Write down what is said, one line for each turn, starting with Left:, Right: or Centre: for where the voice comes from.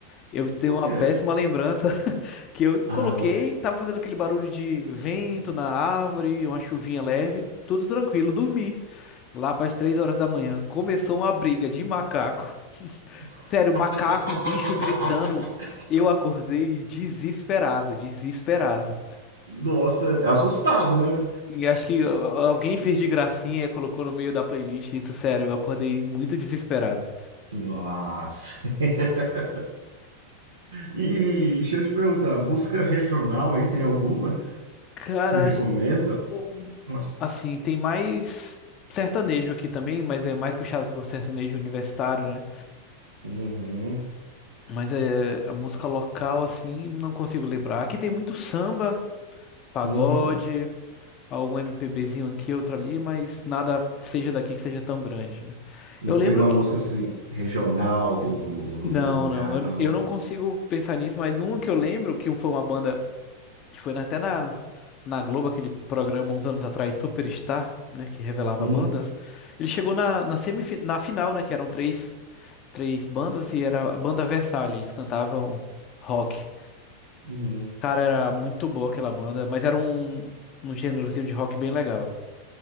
Left: Eu tenho
Right: Por
Left: uma
Right: quê?
Left: péssima lembrança <laughs> que eu
Right: Ah,
Left: coloquei,
Right: agora.
Left: tava fazendo aquele barulho de vento na árvore, uma chuvinha leve, tudo tranquilo, dormi. Lá para as três horas da manhã, começou uma briga de macaco.
Right: <laughs>
Left: Sério, macaco e bicho gritando. Eu acordei desesperado, desesperado.
Right: Nossa, assustado, né?
Left: E acho que a- alguém fez de gracinha, e colocou no meio da playlist. Isso, sério, eu acordei muito desesperado.
Right: Nossa. <laughs> E deixa eu te perguntar, música regional aí tem alguma que
Left: Cara,
Right: você recomenda?
Left: a gen- o-
Right: Nossa.
Left: assim, tem mais sertanejo aqui também, mas é mais puxado pro sertanejo universitário, né?
Right: Uhum,
Left: Mas é a música local, assim, não consigo lembrar. Aqui tem muito samba, pagode,
Right: uhum.
Left: algum MPBzinho aqui, outro ali, mas nada que seja daqui que seja tão grande, né?
Right: Não
Left: Eu lembro
Right: tem uma
Left: que.
Right: música assim regional do, do, do,
Left: Não,
Right: do lugar,
Left: não, eu,
Right: não.
Left: eu não consigo pensar nisso, mas um que eu lembro, que foi uma banda. que foi na- até na, na Globo, aquele programa uns anos atrás, Superstar, né, que revelava
Right: Hum,
Left: bandas, ele chegou na, na, semif na final, né, que eram três, três bandas e era a banda Versalhes, eles cantavam rock.
Right: hum.
Left: Cara, era muito boa aquela banda, mas era um, um gênerozinho de rock bem legal.